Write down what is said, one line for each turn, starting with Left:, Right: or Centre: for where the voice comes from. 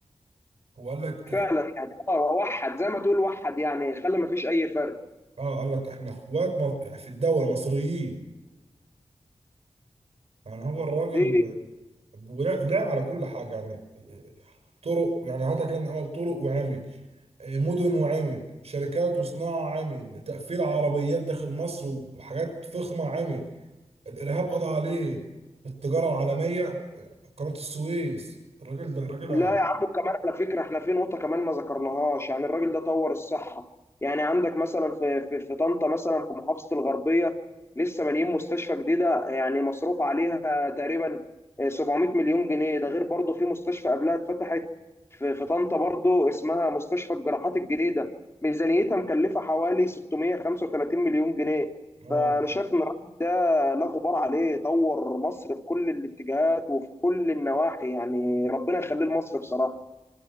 Right: هو قال لك
Left: فعلا يعني اه وحد زي ما تقول وحد يعني خلى ما فيش اي فرق
Right: اه قال لك احنا اخوات م- في الدوله مصريين يعني هو الراجل
Left: دي
Right: ولا- لعب على كل حاجه يعني طرق يعني هاتها كده من اول طرق وعمل مدن وعمل شركات وصناعه عمل تقفيل عربيات داخل مصر وحاجات فخمه عمل الارهاب قضى عليه التجاره العالميه قناة السويس الراجل ده راجل
Left: لا
Right: ع-
Left: يا عم وكمان على فكرة احنا في نقطة كمان ما ذكرناهاش يعني الراجل ده طور الصحة يعني عندك مثلا في في في طنطا مثلا في محافظة الغربية لسه بانيين مستشفى جديدة يعني مصروف عليها تقريبا 700 مليون جنيه ده غير برضه في مستشفى قبلها اتفتحت في في طنطا برضه اسمها مستشفى الجراحات الجديدة ميزانيتها مكلفة حوالي 635 مليون جنيه
Right: اه
Left: انا شايف ان الراجل ده لا غبار عليه طور مصر في كل الاتجاهات وفي كل النواحي يعني ربنا يخليه لمصر بصراحه